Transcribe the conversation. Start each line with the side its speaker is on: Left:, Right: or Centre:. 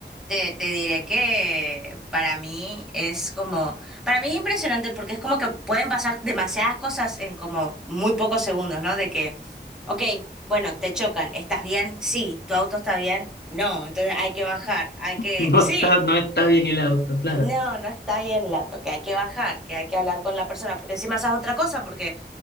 Centre: te, te diré que para mí es como, para mí es impresionante porque es como que pueden pasar demasiadas cosas en como muy pocos segundos, ¿no? De que, ok, bueno, te chocan, ¿estás bien? Sí, ¿tu auto está bien? No, entonces hay que bajar, hay que,
Left: No
Centre: <laughs> sí,
Left: está, no está bien el auto, claro.
Centre: no, no está bien el auto, que hay que bajar, que hay que hablar con la persona, porque encima esa es otra cosa, porque